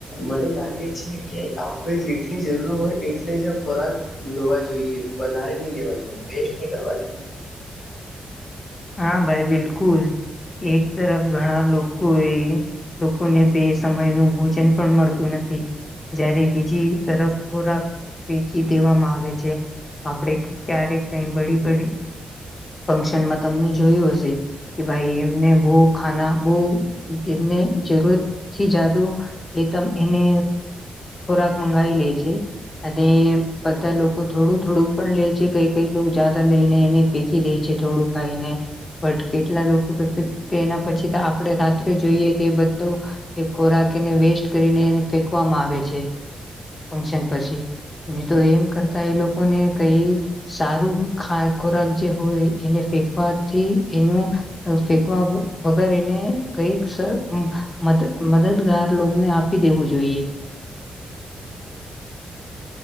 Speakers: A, on the left; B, on the left.
A: મને લાગે છે કે આપણે જેટલી જરૂર હોય એટલે જ ખોરાક લોવા જોઈએ વધારે નહી લેવા જોઈએ વેસ્ટ નહી કરવા જોઈએ.
B: હા ભાઈ બિલકુલ એક તરફ ઘણા લોકોએ લોકોને બે સમયનુ ભોજન પણ મળતું નથી. જયારે બીજી તરફ ખોરાક ફેકી દેવામાં આવે છે. આપણે ક્યારેક કઈ બડી બડી ફંક્શનમાં તમને જોયું હશે કે ભાઈ એમને બહુ ખાના બહુ એમને જરૂરત થી જાદુ એ ત એને ખોરાક મંગાવી લે છે. અને બધા લોકો થોડું થોડું પણ લે છે કઈ કઈ લોકો જાદા લઈને એને ફેંકી દે છે થોડુંક કઈને બટ કેટલા લોકો તો તેના પછી આપડે રાત્રે જોઈએ તે બધું એ ખોરાક એને વેસ્ટ કરીને એને ફેકવામાં આવે છે, ફંક્શન પછી નહી તો એમ કરતા એ લોકો ને કઈ સારું ખોરાક જે હોય એને ફેંકવાથી એનું ફેકવા વગર એને કઈક મદદ મદદગાર લોગને આપી દેવું જોઈએ.